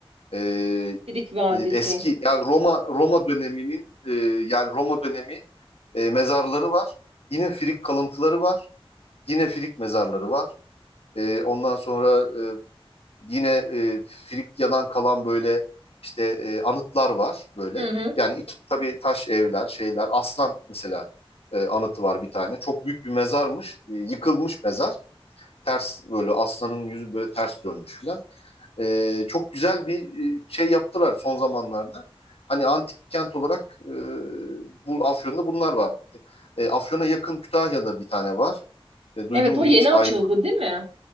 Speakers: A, on the left; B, on the right.
A: Ee,
B: Sidik Vadisi.
A: e, eski yani Roma Roma döneminin e, yani Roma dönemi e, mezarları var. Yine Frig kalıntıları var. Yine Frig mezarları var. E, ondan sonra e, yine e, Frigyadan kalan böyle işte e, anıtlar var böyle.
B: Hı hı.
A: Yani iç, tabii taş evler, şeyler. Aslan mesela e, anıtı var bir tane. Çok büyük bir mezarmış. E, yıkılmış mezar. Ters böyle aslanın yüzü böyle ters dönmüş falan e, çok güzel bir e, şey yaptılar son zamanlarda. Hani antik kent olarak e, bu Afyon'da bunlar var. E, Afyon'a yakın Kütahya'da bir tane var. E, duydun
B: Evet o
A: mu
B: yeni
A: hiç?
B: açıldı
A: Aiz-
B: değil mi?